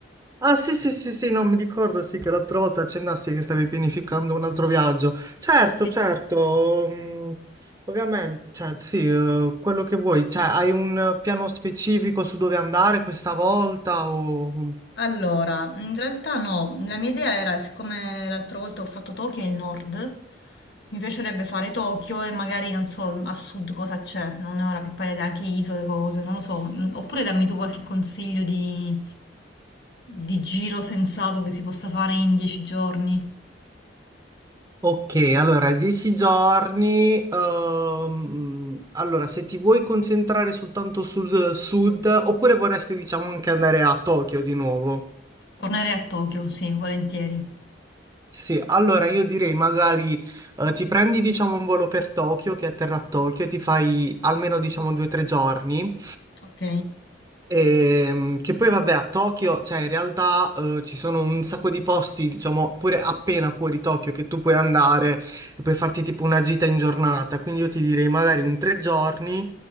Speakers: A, on the right (about 20°); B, on the left (about 60°).
A: Ah sì sì sì sì, non mi ricordo, sì che l'altra volta accennasti che stavi pianificando un altro viaggio. Certo,
B: Sì.
A: certo, mm, ovviamente, cioè sì, eh, quello che vuoi, cioè hai un eh, piano specifico su dove andare questa volta o...
B: Allora, in realtà no, la mia idea era, siccome l'altra volta ho fatto Tokyo e il nord, mi piacerebbe fare Tokyo e magari non so a sud cosa c'è, non ne ho la più pallida idea, anche isole, cose, non lo so. Mm, Oppure dammi tu qualche consiglio di, di giro sensato che si possa fare in dieci giorni.
A: Ok, allora, 10 giorni. ehm, allora, se ti vuoi concentrare soltanto sul sud, oppure vorresti, diciamo, anche andare a Tokyo di nuovo?
B: Tornerei a Tokyo, sì, volentieri.
A: Sì, allora io direi magari eh, ti prendi diciamo un volo per Tokyo che atterra a Tokyo, ti fai almeno diciamo due o tre giorni
B: Ok?
A: Ehm, che poi vabbè a Tokyo, cioè in realtà eh, ci sono un sacco di posti, diciamo, pure appena fuori Tokyo che tu puoi andare e puoi farti tipo una gita in giornata. Quindi io ti direi magari un tre giorni,